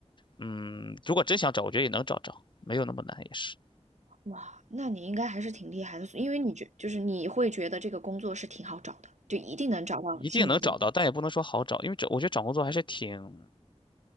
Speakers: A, on the left; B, on the right.
A: 嗯，如果真想找，我觉得也能找着，没有那么难，也是。
B: 哇，那你应该还是挺厉害的，因为你觉就是你会觉得这个工作是挺好找的，就一定能找到心仪的工作。
A: 一定能找到，但也不能说好找，因为找我觉得找工作还是挺